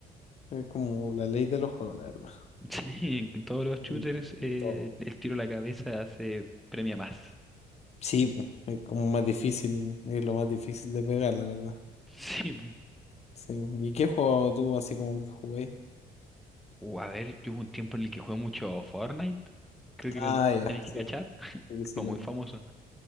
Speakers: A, on the left; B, in the centre.
A: Es como la ley de los juegos, la verdad.
B: <laughs> Sí, en todos los shooters
A: Mm,
B: eh,
A: Todo.
B: el tiro a la cabeza se premia más.
A: Sí, po, es como más difícil, es lo más difícil de pegar, la verdad.
B: <laughs> Sí, bu.
A: Sí. ¿Y qué juego tú así como que jugué?
B: Uh, a ver, yo hubo un tiempo en el que jugué mucho Fortnite. Creo que
A: Ah,
B: lo
A: ya,
B: tenéis
A: sí,
B: que cachar.
A: sí, sí,
B: Fue
A: lo
B: muy
A: conozco.
B: famoso.